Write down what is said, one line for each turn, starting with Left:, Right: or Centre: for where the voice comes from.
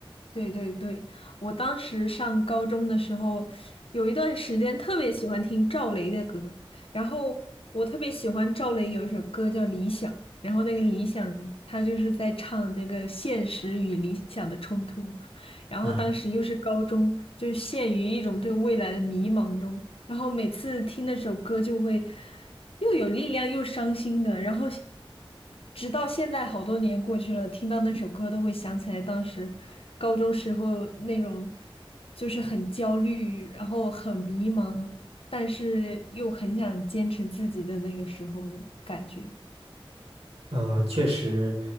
Left: 对对对，我当时上高中的时候，有一段时间特别喜欢听赵雷的歌，然后我特别喜欢赵雷有一首歌叫《理想》，然后那个《理想》他就是在唱那个现实与理想的冲突，然后当时又是高中，
Right: <laughs>
Left: 就陷于一种对未来的迷茫中，然后每次听那首歌就会又有力量又伤心的，然后直到现在好多年过去了，听到那首歌都会想起来当时高中时候那种就是很焦虑，然后很迷茫，但是又很想坚持自己的那个时候的感觉。
Right: 嗯，确实，